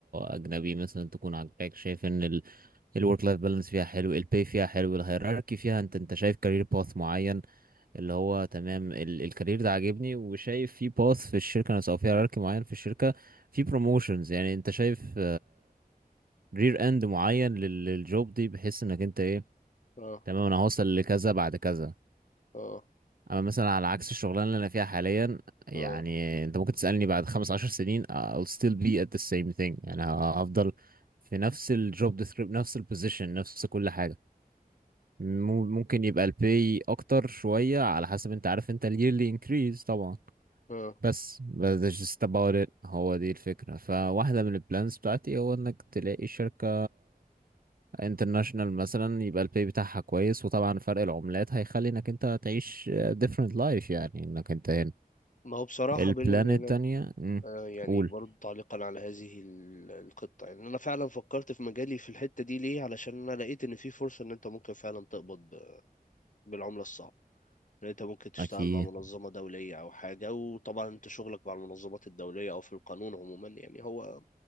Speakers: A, on the right (about 65°); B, on the left (about 55°).
A: أجنبي مثلا تكون عاجباك شايف إن الورك لايف بالانس فيها حلو الباي فيها حلو الهيراركي فيها أنت أنت شايف كارير باث معين اللي هو تمام الكارير ده عاجبني وشايف في باث في الشركة نفسها أو في هيراركي معين في الشركة في بروموشنز يعني أنت شايف رير إند معين لل- للجوب دي بحيث إنك أنت إيه
B: اه
A: تمام أنا هوصل لكذا بعد كذا
B: اه
A: اما مثلا على عكس الشغلانه اللي انا فيها حاليا يعني
B: اه
A: انت ممكن تسالني بعد خمس عشر سنين I'll still be at the same thing يعني هفضل في نفس الجوب ديسكريب نفس البوزيشن نفس كل حاجه مم- ممكن يبقى البي اكتر شويه على حسب انت عارف انت yearly increase طبعا
B: اه
A: بس that's just about it هو دي الفكرة فواحدة من البلانز بتاعتي هو انك تلاقي شركة international مثلا يبقى البي بتاعها كويس وطبعا فرق العملات هيخلي انك انت تعيش different life يعني انك انت هنا
B: ما هو بصراحة
A: البلان
B: بيني وبينك
A: التانية مم،
B: آه، يعني
A: قول
B: برضو تعليقا على هذه ال- القطة يعني أنا فعلا فكرت في مجالي في الحتة دي ليه علشان أنا لقيت إن في فرصة إن أنت ممكن فعلا تقبض ب- بالعملة الصعبة إن أنت ممكن تشتغل
A: اكيد
B: مع منظمة دولية أو حاجة وطبعا أنت شغلك مع المنظمات الدولية أو في القانون عموما يعني هو